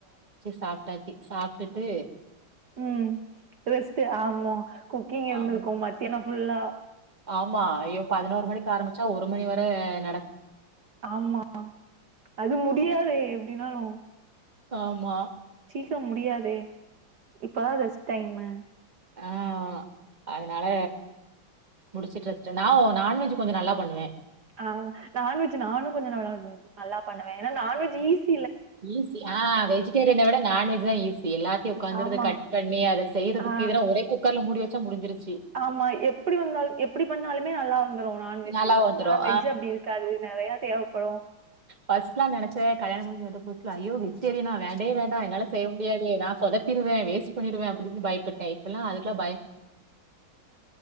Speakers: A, on the right (about 20°); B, on the right (about 55°).
A: சாப்பிட்டா சாப்பிட்டுட்டு
B: உம் ரெஸ்ட் ஆம குக்கிங் இருந்திருக்கும்
A: ஆமா
B: மத்தியானம் புல்லா
A: ஆமா பதினொரு மணி ஆரம்பிச்சா ஒரு மணி வரை ஹ
B: ஆமா அது முடியாதே எப்படினாலும்
A: ஆமா
B: இருக்க முடியாதே இப்பதான் ரெஸ்ட் டைமு
A: ஆஹ் அதனால முடிச்சுட்டுச்சேன் நான் நான்வெஜ் கொஞ்சம் நல்லா பண்ணுவேன்
B: ஆஹ் நான்வெஜ் நானும் கொஞ்சம் ந நல்லா பண்ணுவேன் ஏன்னா நான்வெஜ் ஈஸி
A: ஈஸி ஆஹ் வெஜிடேரியனை விட நான்வெஜ் தான் ஈசி எல்லாத்தையும் உக்காந்திருந்து
B: ஆமா
A: கட் பண்ணி அதை செய்யறதுக்கு
B: ஆ
A: இத ஒரே குக்கர்ல முடி வச்ச முடிஞ்சிருது
B: ஆமா எப்படி வந்தாலும் எப்படி பண்ணாலும் மே நல்லாருக்கு நான்வெஜ்ஜ்
A: நல்லா வந்துரும்.
B: ஆனா வெஜ் அப்படி இருக்காது நிறைய தேவைப்படும்
A: பர்ஸ்லாம் நினச்ச கயாண முடிஞ்சி வந்த புசுல ஐயோ வெஜிடேரியனா வேண்டே வேண்ட என்னால செய்ய முடியாது நான் சொதப்பி சொதப்பிடுவேன் வேஸ்ட் பண்ணிடுவேன் அப்படின்னு